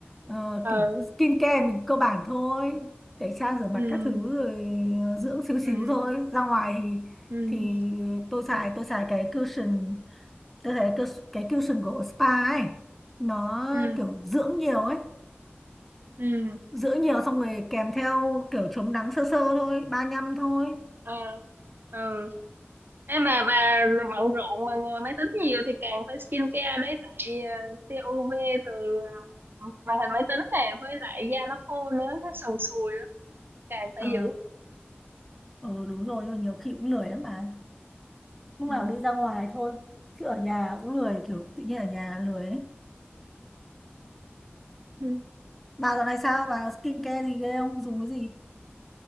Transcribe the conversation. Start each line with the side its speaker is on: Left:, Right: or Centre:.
Centre: ờ,
Right: ừ
Centre: kiểu skincare mình cơ bản thôi tẩy trang rửa mặt
Right: ừ
Centre: các thứ rồi ờ, dưỡng xíu xíu
Right: ừ
Centre: thôi ra ngoài thì
Right: ừ
Centre: thì ờ, tôi xài tôi xài cái cushion tôi thấy cái, cái cushion của spa ấy nó
Right: ừ
Centre: kiểu dưỡng nhiều ấy
Right: ừ ừ
Centre: dưỡng nhiều xong rồi kèm theo kiểu chống nắng sơ sơ thôi ba nhăm thôi
Right: ừ ừ em mà bà bận rộn mà ngồi máy tính nhiều thì càng phải skin care đấy tại ờ, tia UV từ ờ, màn hình máy tính này với lại da nó khô nữa nó sần sùi lắm càng phải
Centre: ờ
Right: giữ
Centre: ừ, đúng rồi nhưng mà nhiều khi cũng lười lắm mà lúc
Right: ừ
Centre: nào đi ra ngoài thôi chứ ở nhà cũng lười kiểu tự nhiên ở nhà lười ấy
Right: ừ
Centre: bà dạo này sao bà skincare gì ghê không dùng cái gì